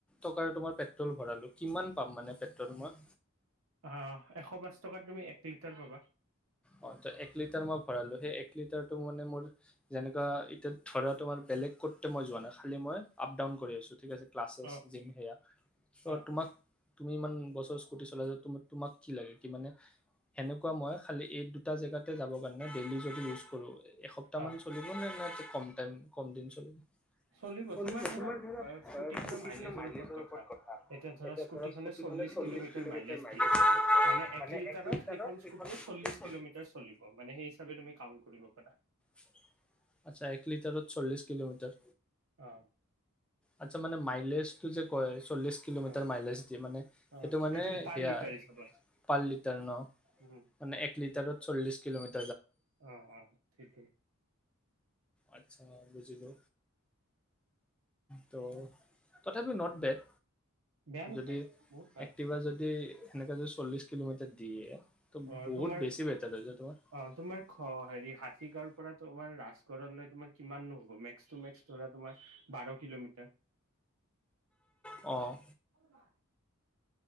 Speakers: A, in the centre; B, on the right (about 80°).
A: টকাৰ তোমাৰ পেট্ৰল ভৰালো কিমান পাম মানে পেট্ৰল মই
B: অ এশ পাঁচ টকাত তুমি এক লিটাৰ পাবা
A: অ ত এক লিটাৰ মই ভৰালো সেই এক লিটাৰটো মানে মোৰ যেনেকুৱা এতিয়া ধৰা তোমাৰ বেলেগ কত মই যোৱা নাই খালী মই আপ ডাউন কৰি আছোঁ ঠিক আছে ক্লাছেছ
B: অ
A: জিম সেয়া ত'
B: অ
A: তোমাক তুমি ইমান গছৰ চলা য ত তোমাক কি লাগে কি মানে সেনেকুৱা মই খালী এই দুটা জেগাতে যাবৰ কাৰণে ডেইলি যদি ইউজ কৰো এসপ্তাহ
B: অ
A: মান চলিব নে ন কম টাইম বুজি
B: চলিব তোমাৰ ধৰা স্কুটিখনৰ মাইলেজৰ
A: পোৱা
B: ওপৰত কথা এতিয়া ধৰা স্কুটিখনে চল্লিশ কিলোমিটাৰ
A: নাই
B: মাইলেজ দি আছে মানে এক লিটাৰত সেইখন স্কুটিয়ে চল্লিশ কিলোমিটাৰ চলিব মানেই সেই হিচাপে তুমি কাউণ্ট কৰিব পাৰা
A: বুজি পোৱা নাই এক লিটাৰত চল্লি কিলোমিটাৰ
B: অ
A: আচছা মানে মাইলেজ চল্লিশ কিলোমিটাৰ
B: অ
A: মাইলেজ দি মানে
B: অ
A: সেইটো মানে
B: পাৰ
A: সেয়া
B: লিটাৰ হিচাপত
A: পাৰ লিটাৰ
B: উম
A: মানে এক লিটাৰত এক লিটাৰত চলিচ কিলমিটাৰ
B: অ অ ঠিক
A: আচ্ছা বুজিলো ত' তথাপি নট বেড
B: বেয়া নহয়
A: যদি
B: বহুত ভাল
A: একটিভা যদি এনেকা যে চলিছে কিলোমিটাৰ দিয়ে
B: অ
A: বহুত
B: তোমাৰ
A: বেছি বেটৰ হৈ হৈছে তোমাৰ
B: অ খ হেৰি হাতীগাঁওৰ তোমাৰ ৰাজগড় তোমাৰ কিমান নহ'ব মেক্স মেক্স ধৰা তোমাৰ বাৰ কিলোমিটাৰ
A: অ',
B: অবা